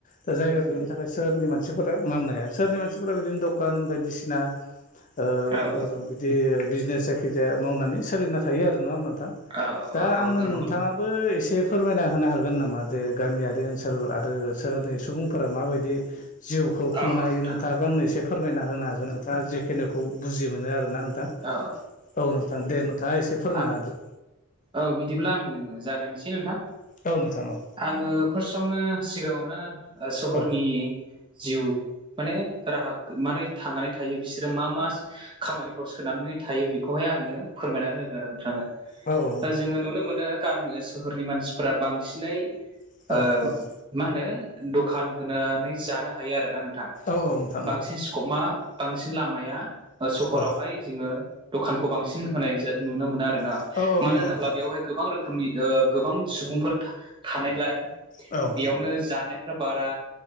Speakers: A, on the left (about 35°); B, on the right (about 20°).
A: दा जायगा गैयिनि थाखाय। सोरनि मानसिफोरा मावानो हाया सोरनि मानसिफोरा बिदिनो दखान बायदिसिना। ओ
B: औ
A: बिदि बिजनेस जायखिजाया मावनानै सोलिना थायो आरो नङा होमब्ला नोंथां?
B: औ औ
A: दा
B: औ
A: आंनो
B: नंगौ
A: नोंथाङा।
B: नंगौ
A: बो एसे फोरमायना होनो हागोन नामा जे गामियारि ओनसोल आरो सोहोरनि सुबुंफोरा माबायदि। जिउखौ खुंनो
B: औ औ
A: हायो
B: नोंथां
A: नोंथाङा बा आंनो एसे फोरमायना होनो हागोन नोंथाङा जिखिनिुखौ बुजि मोनो आरोना नोंथां।
B: औ
A: औ नोंथां दे नोंथाङा एसे फोरमायना
B: आं
A: होदो।
B: औ बिदिब्ला आङो जागायनोसै नोंथां।
A: औ औ नोंथां औ।
B: आङो फार्स्टआवनो सिगाङावनो ओ
A: औ
B: सहरनि
A: औ
B: जिउ माने राहा माने थांनानै थायो बिसोरो मा मा खामानि सोनानै थायो बेखौहाय आङो फोरमायना होगोन नों थाङो
A: औ औ
B: ओ जोङो नुनो मोनो गामि ओन सोहोरनि मानसिफोरा बांसिनै
A: नोंथां
B: ओ
A: औ नोंथां
B: मा होनो दखान होनानै जानो हायो आरोना नोंथां
A: औ नोंथां
B: बांसिन स्कपा बांसिन लामाया ओ सहरावहाय
A: औ
B: जोङो दखानखौ बांसिन होनाय जा नुनो मोनो आरो आरोोना
A: औ
B: मानो
A: नंगौ
B: होनोब्ला
A: नोंथां
B: बेवहाय गोबां रोखोमनि ओ गोबां सुबुंफोर थानायलाय
A: औ
B: बेयावनो जानायफ्रा बारा